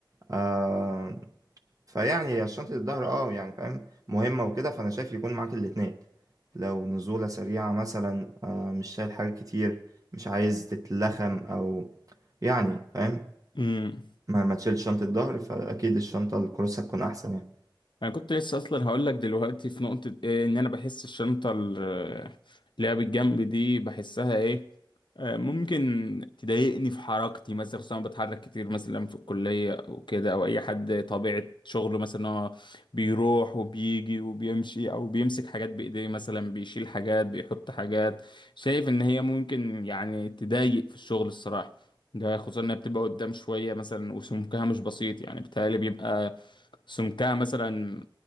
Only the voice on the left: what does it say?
امم
انا كنت لسه اصلا هقول لك دلوقتي في نقطة ايه ان انا بحس الشنطة ال- اللي هي بالجنب دي بحسها ايه آه، ممكن تضايقني في حركتي مثلا خصوصا أنا بتحرك كتير مثلا في الكلية او كده او اي حد طبيعة شغله مثلا هو بيروح وبيجي وبيمشي او بيمسك حاجات بايديه مثلا بيشيل حاجات بيحط حاجات شايف ان هي ممكن يعني تضايق في الشغل الصراحة ده خصوصا انها بتبقى قدام شوية مثلا وسمكها مش بسيط يعني بيتهيألي بيبقى سمكها مثلا